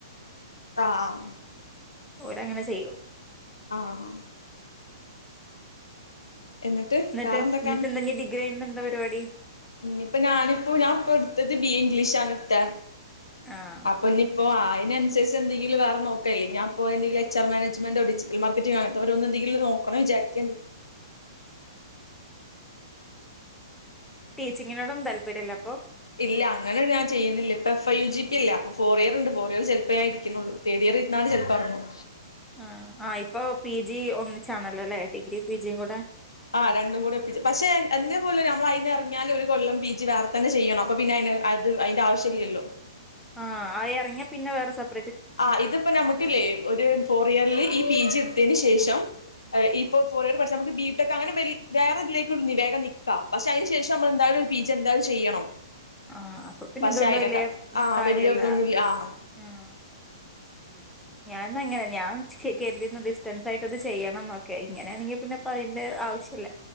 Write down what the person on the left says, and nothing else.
ആഹ്
ആഹ് എന്നിട്ട്
വേറെന്തൊക്കാണ്
ഇയിപ്പ ഞാനിപ്പോ ഞാൻപ്പൊ എടുത്തത് ബി എ ഇംഗ്ലീഷണ് ഇട് ത്ത
അപ്പ ഇനിയിപ്പോ അതിനനുസരിച്ച് എന്തെങ്കില വേറെ നോക്കല്ലേ ഞാൻപ്പോ എന്തെങ്കിലു എച് ആർ മനജ്‍മെന്റോ ഡിജി - റ്റൽ മാർക്കറ്റിങ്ങോ അവരോന്തെങ്കിലൊ നോക്കണ വിചാരിക്കണ്ട്
ഇല്ല അങ്ങനെ ഞാൻ ചെയ്യുന്നില്ല ഇപ്പൊ ഫൈവ് ജി പി അല്ല അപ്പൊ ഫോർ ഇയർണ്ട് ഫോർ ഇയർ ചിലപ്പോ ഞാൻ ഇരിക്കുന്നുള്ളൂ തേടിയറീരുന്നാലും ചെലപ്പാറ ങ്ങും
ആഹ് രണ്ടും കൂടി എപ്പിച്ചു പക്ഷെ എന്തേ പോലെ നമ്മൾ അയിന്ന ഇറങ്ങിയാല ഒരു കൊല്ലം പി ജി വേറെ തന്നെ ചെയ്യണം അപ്പ പിന്നെ അ- അത് അയിന്റെ ആവശ്യല്ലല്ലോ
ആഹ് ഇതിപ്പോ നമുക്കല്ലേ ഒരു ഫോർ ഇയറില് ഈ പി ജി എടുത്തതിനന് ശേഷം ഇപ്പോ ഫോർ ഇയർ പഠിച്ചാ നമുക്ക് ബിടെക് അങ്ങനെ വ വേറെ ഇതിലേക്ക് ഇടുന്ന വേഗം നിക്കാം പക്ഷെ അതിന ശേഷം നമ്മൾ എന്തായാലും ഒരു പിജി നമ്മള് എന്താലും ചെയ്യണം
പക്ഷെ
അതിനൊക്കെ
ആ
വലിയ ഇതൊന്നുമില്ല ആ